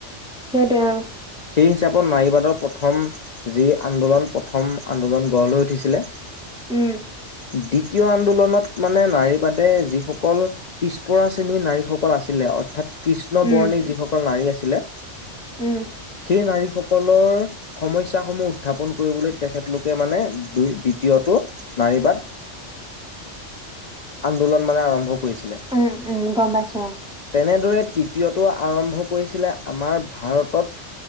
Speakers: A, in the centre; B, on the left.
A: সেইটোয়ে অ।
B: সেই হিচাপত নাৰীবাদৰ প্ৰথম যি আন্দোলন প্ৰথম আন্দোলন গঢ় লৈ উঠিছিলে দ্বিতীয়
A: উম
B: আন্দোলনত মানে নাৰী বাদে যিসকল পিছপৰা শ্ৰেণীৰ নাৰীসকল আছিলে অৰ্থাৎ কৃষ্ণ
A: উম
B: বৰ্ণী যিসকল নাৰী আছে ছিলে
A: উম
B: সেই নাৰীসক সকলৰ সমস্যাসমূহ উত্থাপন কৰিবলৈ তেখেতলোকে মানে দুই দ্বিতীয়টো নাৰী বাদ আন্দোলন মানে আৰম্ভ কৰিছিলে।
A: উম উম গম পাইছো অ
B: তেনেদৰে তৃ তীয়টো আৰম্ভ কৰিছিলে আমাৰ ভাৰতত,